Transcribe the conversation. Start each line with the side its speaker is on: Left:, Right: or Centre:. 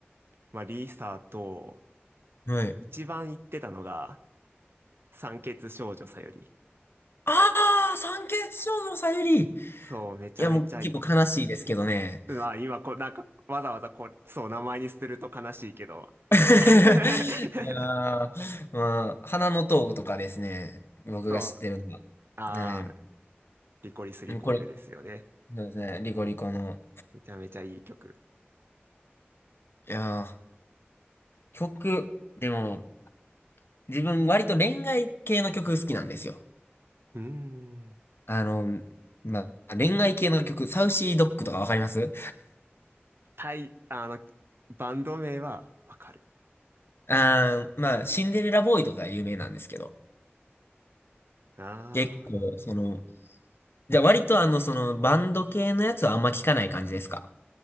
Right: まあ、リサと、
Left: はい。
Right: 一番行ってたのが、酸欠少女さより。
Left: ああ、三欠少女さゆり。い
Right: そう、めちゃめちゃい、
Left: や、もう結構悲しいですけどね。
Right: まあ今こう、なんか、わざわざこう、そう、名前にすると悲しいけど。
Left: <laughs>
Right: <laughs>
Left: いやー、まあ、花の塔とかですね。僕が知ってるのは。
Right: そう、あー、
Left: は
Right: リコリス・リコイルですよね。
Left: い。これ、そうですね。リコリコの。
Right: めちゃめちゃいい曲。
Left: いやー、曲、でも、自分割と恋愛系の曲好きなんですよ。
Right: うーん。
Left: あの、まあ、恋愛系の曲、サウシードッグとかわかります
Right: タイ、あの、バンド名はわかる。
Left: あー、まあ、シンデレラボーイとか有名なんですけど、
Right: あー。
Left: 結構、その、じゃあ割とあの、その、バンド系のやつはあんま聞かない感じですか